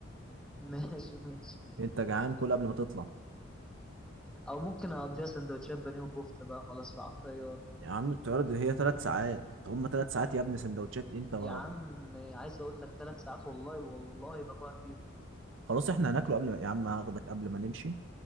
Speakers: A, in the centre; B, on the right.
A: <laughs> ماشي ماشي
B: انت جعان كل قبل ما تطلع
A: او ممكن اقضيها سندوتشات بانيه وكفته بقى خلاص على الطياره
B: يا عم الطيارة دي هي ثلاث ساعات طب هما ثلاث ساعات يا ابني سندوتشات انت بقى.
A: يا عم عايز اقول لك ثلاث ساعات والله والله بجوع فيهم
B: خلاص احنا هناكله قبل ما يا عم هاخدك قبل ما نمشي